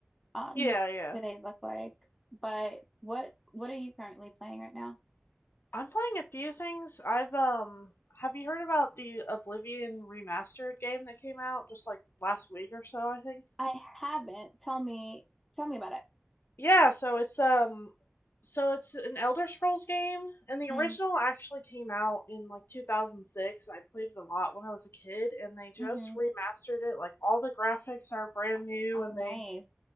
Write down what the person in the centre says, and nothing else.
um
today look like. But what what are you currently playing right now?
I haven't. Tell me, tell me about it.
Mm,
mm-hmm.
Oh,
nice.